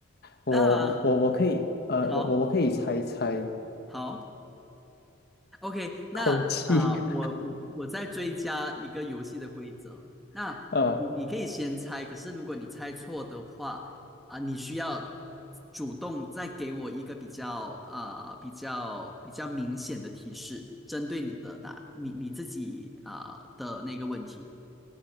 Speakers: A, on the left; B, in the centre.
A: 我我我可以，
B: 那
A: 呃，
B: 好
A: 我我我可以猜一猜
B: 好。OK，那啊、
A: 空气，
B: 我我我再追加一个游戏的规则。那你你可以先猜，
A: <laughs> 呃，
B: 可是如果你猜错的话，啊、你需要主动再给我一个比较啊、比较比较明显的提示，针对你的答你你自己啊、的那个问题。